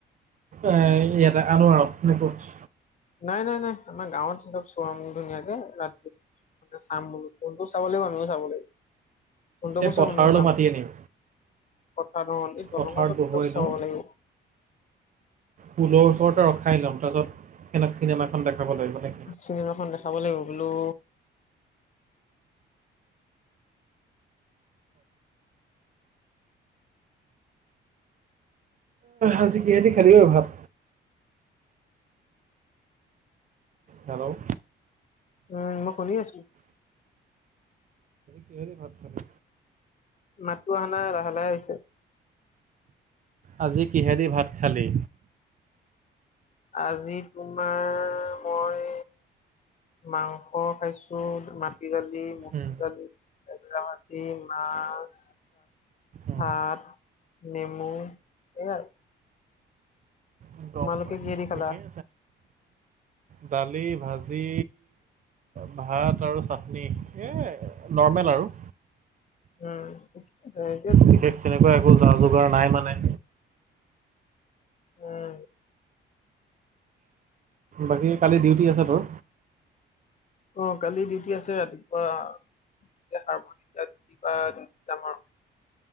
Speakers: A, on the right (about 40°); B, on the left (about 40°).
A: এ ইয়াতে আল ন <unintelligible>
B: নাই নাই নাই আমাৰ গাঁৱত সিহঁতক চোৱা মানুহ নাই যে ৰাতি মানে চাম <unintelligible> কোনটোও চাব লাগিব আমিও চাব লাগিব। <unintelligible>
A: এই পথাৰলৈ
B: আমিও চাম।
A: মাতি আনিম
B: কথা <unintelligible>
A: পথাৰত বহুৱাই
B: চাব
A: ল'ম
B: লাগিব।
A: পুলৰ ওচৰতে ৰখাই ল'ম তাৰপাছত সেনেক চিনেমাখন দেখাব লাগিব মানে
B: চিনেমা খন দেখাব লাগিব বোলোঁ
A: আজি কিহেডি খালী অ, ভাত? হেল্ল'?
B: উম, মই শুনি আছোঁ।
A: কিহেদী ভাত খালী?
B: মাতো অহানাই লাহে-লাহে আহিছে।
A: আজি কিহেদি ভাত খালী?
B: আজি তোমাৰ মই মাংস খাইছোঁ, মাটি দালি, মচুৰ
A: উম
B: দালি। এইবিলাক আছিল। মাছ,
A: উম
B: ভাত নেমু, সেইয়াই
A: উম গম
B: তোমালুকে
A: পাইছোঁ
B: কিহেদি খালা?
A: ঠিকেই দালি, ভাজি যি ভাত আৰু চাটনি এই নৰ্মেল আৰু।
B: উম, <unintelligible>
A: বিশেষ তেনেকুৱা একো যাৰ যোগাৰ নাই মানে।
B: উম।
A: বাকী কালি ডিউটি আছে তোৰ?
B: অ', কালি ডিউটি আছে ৰাতিপুৱা <unintelligible> যাম আৰু।